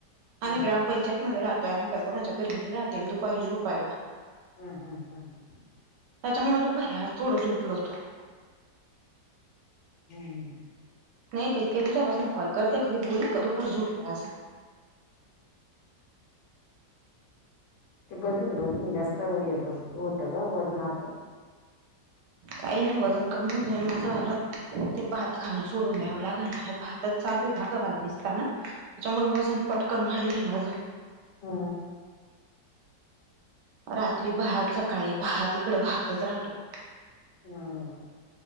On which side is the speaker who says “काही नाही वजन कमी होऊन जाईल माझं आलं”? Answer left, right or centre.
Right